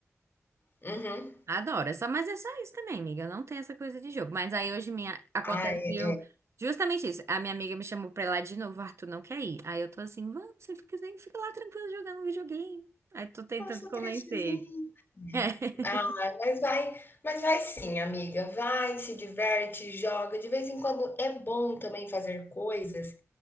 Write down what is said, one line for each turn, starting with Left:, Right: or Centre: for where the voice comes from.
Left: uhum.
Right: Adoro, é só, mas é só isso também, amiga. Não tem essa coisa de jogo. Mas aí hoje minha aconteceu
Left: Ai,
Right: justamente isso. A minha amiga me chamou pra ir lá de novo, o Arthur não quer ir. Aí eu tô assim, vamos, você fica, fica lá tranquilo jogando um videogame. Aí tô tentando
Left: nossa,
Right: convencer
Left: crechezinha.
Right: ele. <laughs>
Left: Ah, mas vai mas vai sim, amiga, vai, se diverte, joga. De vez em quando é bom também fazer coisas